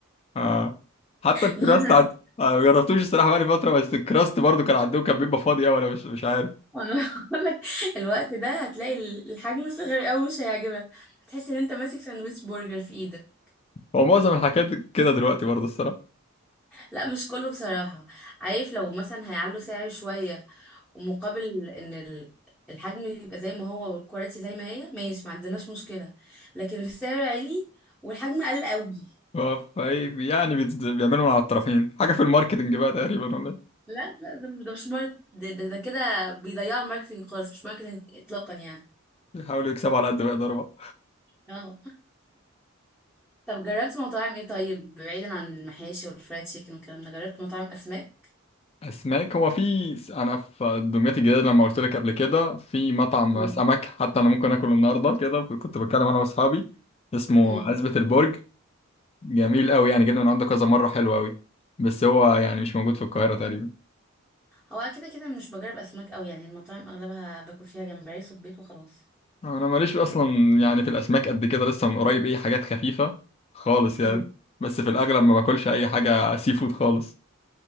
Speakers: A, on the left; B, in the centre.
A: آه حتى الكراست
B: لا
A: عند
B: <laughs>
A: أنا ما جربتوش الصراحه بقالي فتره بس الكراست برضو كان عندهم كان بيبقى فاضي قوي انا مش مش عارف
B: انا بقول لك الوقت ده هتلاقي الحجم صغير قوي مش هيعجبك هتحس ان انت ماسك ساندويتش برجر في ايدك
A: هو معظم الحاجات كده دلوقتي برضو الصراحه
B: لا مش كله بصراحة عارف لو مثلا هيعلوا سعر شوية ومقابل ان ال- الحجم يبقى زي ما هو والكواليتي زي ما هي ماشي ما عندناش مشكلة لكن السعر عالي والحجم قل قوي
A: هو فاي يعني بيت- بيعملوا من على الطرفين حاجه في الماركتنج بقى تقريبا ولا إيه؟
B: لا لا ده, ده مش ماركت ده, ده, ده كده بيضيعوا الماركتينج خالص مش ماركتينج اطلاقا يعني
A: بيحاولوا يكسبوا على قد ما يقدروا بقى
B: اه طب جربت مطاعم ايه طيب بعيدا عن المحاشي والفرايد تشيكن والكلام ده جربت مطاعم اسماك
A: اسماك هو في س- انا في دمياط الجديده لما قلت لك قبل كده في مطعم
B: مم.
A: سمك حتى انا ممكن اكله النهارده كده كنت بتكلم انا واصحابي اسمه
B: مم.
A: عزبة البرج جميل قوي يعني جبنا من عنده كذا مره حلو قوي بس هو يعني مش موجود في القاهره تقريبا
B: هو كده كده مش بجرب اسماك قوي يعني المطاعم اغلبها باكل فيها جمبري صبيط وخلاص
A: انا ماليش اصلا يعني في الاسماك قد كده لسه من قريب ايه حاجات خفيفه خالص يعني
B: مم.
A: بس في الاغلب ما باكلش اي حاجه سي فود خالص